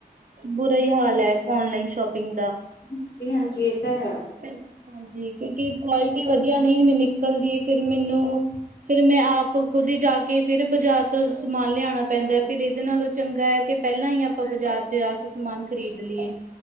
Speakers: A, on the right; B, on the left.
A: ਬੁਰਾ ਈ ਹਾਲ ਐ ਓਨਲਾਈਨ ਸ਼ੋਪਿੰਗ ਦਾ।
B: ਹਾਂਜੀ-ਹਾਂਜੀ ਇਹ ਤਾਂ ਹੈ
A: ਹਾਂਜੀ, ਕਿਉਂਕਿ ਕੁਆਲਿਟੀ ਵਦੀਆ ਵਦੀਆ ਨਈ ਵੀ ਨਿਕਲਦੀ ਫੇਰ ਮੈਨੂੰ ਫੇਰ ਮੈਂ ਆਪ ਖੁਦ ਈ ਜਾ ਕੇ ਫਿਰ ਬਾਜ਼ਾਰ ਤੋਂ ਸਮਾਨ ਲਿਆਣਾ ਪੈਂਦਾ ਫਿਰ ਇਹਦੇ ਨਾਲੋਂ ਚੰਗਾ ਐ ਕਿ ਪਹਿਲਾਂ ਈ ਆਪਾਂ ਬਾਜ਼ਾਰ ਚ ਜਾ ਕੇ ਸਮਾਨ ਖਰੀਦ ਲਿਏ।